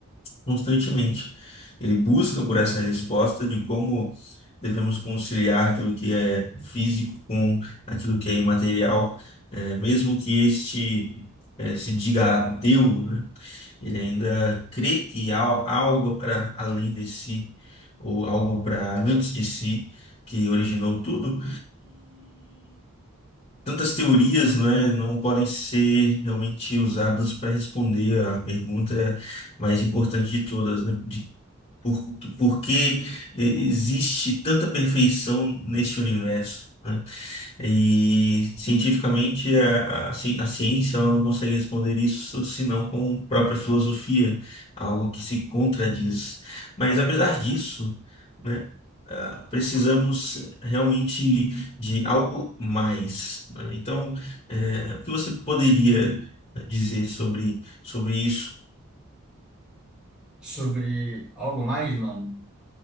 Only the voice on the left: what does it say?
constantemente. Ele busca por essa resposta de como devemos conciliar aquilo que é físico com aquilo que é imaterial, eh, mesmo que este eh, se diga ateu, né? Ele ainda crê que há algo para além de si, ou algo para antes de si, que originou tudo tantas teorias, né, não podem ser realmente usadas para responder a pergunta mais importante de todas, né, de por, por que eh, existe tanta perfeição neste universo, né? E cientificamente a, a ci- a ciência ela não consegue responder isso senão com própria filosofia, algo que se contradiz. Mas apesar disso, né, ah, precisamos realmente de algo mais. né? Então, eh, o que você poderia dizer sobre, sobre isso?